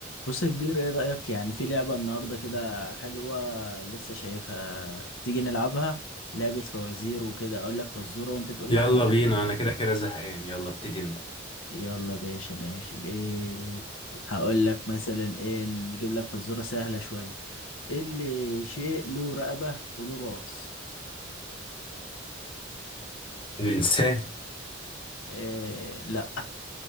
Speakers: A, on the left; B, on the left.
A: بص يا كبير ايه رأيك يعني في لعبة النهاردة كده حلوة لسه شايفها تيجي نلعبها لعبة فوازير وكده اقول لك فزورة وانت تقول
B: يلا
A: لي حلها
B: بينا انا كده كده زهقان يلا ابتدي انت
A: يلا يا باشا ماشي ايه هقول لك مثلا ايه نجيب لك فزورة سهلة شوية ايه اللي شيء له رقبة وله راس
B: الانسان
A: إيه لا